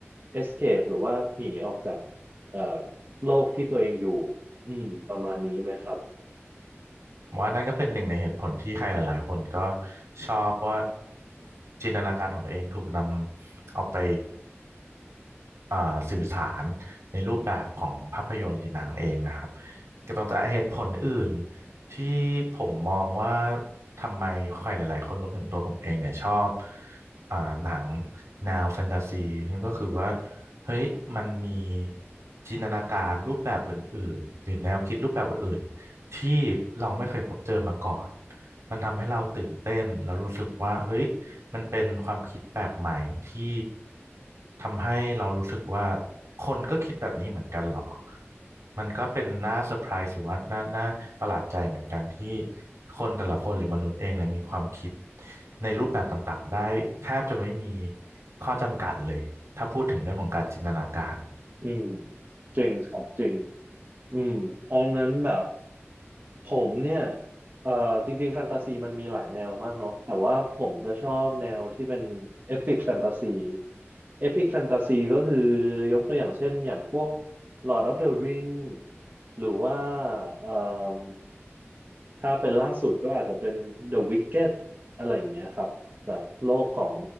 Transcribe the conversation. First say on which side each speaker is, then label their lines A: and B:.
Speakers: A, on the right; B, on the right.
A: escape หรือว่าหนีออกจากเอ่อโลกที่ตัวเองอยู่อืมประมาณนี้ไหมครับ
B: ผมว่านั่นก็เป็นหนึ่งในเหตุผลที่ใครหลายๆคนก็ชอบว่าจินตนาการของตัวเองถูกนำเอาไป เอ่อสื่อสารในรูปแบบของภาพยนตร์หรือหนังเองนะครับก็ต้องแต่เหตุผลอื่นที่ผมมองว่าทำไมใครหลายๆคนรวมถึงตัวผมเองเนี่ยชอบอ่าหนังแนวแฟนตาซีนี่ก็คือว่าเฮ้ยมันมีจินตนาการรูปแบบอื่นๆหรือแนวคิดรูปแบบอื่นๆที่เราไม่เคยพบเจอมาก่อนมันทำให้เราตื่นเต้นแล้วรู้สึกว่าเฮ้ย มันเป็นความคิดแปลกใหม่ที่ทำให้เรารู้สึกว่าคนก็คิดแบบนี้เหมือนกันเหรอมันก็เป็นน่าเซอร์ไพรส์หรือว่าน่าน่าประหลาดใจเหมือนกันที่คนแต่ละคนหรือมนุษย์เองเนี่ยมีความคิดในรูปแบบต่างๆได้แทบจะไม่มีข้อจำกัดเลย ถ้าพูดถึงเรื่องของการจินตนาการ
A: อืมจริงครับจริงอืมเพราะงั้นแบบ ผมเนี่ยเอ่อจริงๆแฟนตาซีมันมีหลายแนวมากเนาะแต่ว่าผมจะชอบแนวที่เป็นเอพิกแฟนตาซีเอพิกแฟนตาซีก็คือยกตัวอย่างเช่นอย่างพวก Lord of the Ring หรือว่าเอ่มถ้าเป็นล่าสุดก็อาจจะเป็น The Wicked อะไรอย่างเงี้ยครับ แบบโลกของ